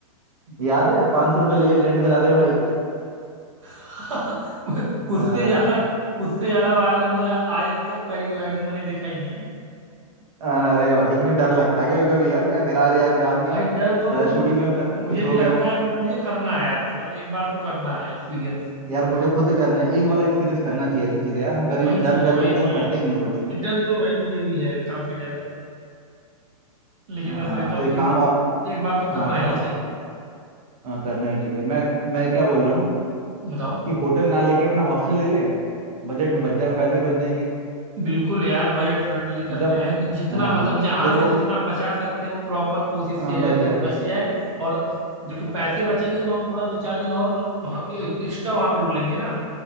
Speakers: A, on the right; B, on the right.
A: याद है पांच सौ रुपये ले ले लैंड करा दे भाई
B: <laughs>
A: आ,
B: उससे ज्यादा उससे ज्यादा वायरल मुझे आज तक पैराग्लाइडिंग मैंने देखा ही नहीं
A: अरे भाई मुझे डर लगता है कभी कभी यार क्या गिरा रहा गिरा दिया
B: भाई डर तो
A: पैराशूट ही में प-
B: मुझे
A: कुछ हो
B: भी लगता
A: गया
B: है बट मुझे करना है यार मतलब एक बार तो करना है एक्सपीरियंस
A: यार मुझे खुद करना है एक बार एक्सपीरियंस करना चाहिए ऐसी चीजें यार हम कर ही
B: वही
A: नहीं
B: चीज
A: डर
B: है
A: डर
B: वही
A: के चक्कर
B: चीज
A: में करते
B: है
A: ही नहीं हैं कुछ
B: ये डर तो भाई मुझे भी है काफी डर है लेकिन
A: आ,
B: मैं सोचता हूँ
A: तो एक
B: कि
A: काम और
B: एक बार तो
A: हाँ
B: करना
A: बताओ
B: ही चाहिए
A: हाँ, करना ही चाहिए मैं मैं क्या बोल रहा हूँ
B: बताओ
A: कि होटल ना लेके अपना हॉस्टल ले लें बजट में बच जाएगा पैसे भी बच जाएंगे
B: बिल्कुल यार बजट फ्रेंडली करते
A: जब
B: हैं कि जितना
A: हाँ
B: मतलब जहां
A: देखो
B: से जितना बचा सकते हैं वो प्रॉपर कोशिश
A: हाँ
B: किया जाए
A: बच
B: कि
A: जाए
B: वो बच जाए और जो कि पैसे बचेंगे तो हम थोड़ा दो चार दिन और एक्स्ट्रा वहां पे रुक लेंगे ना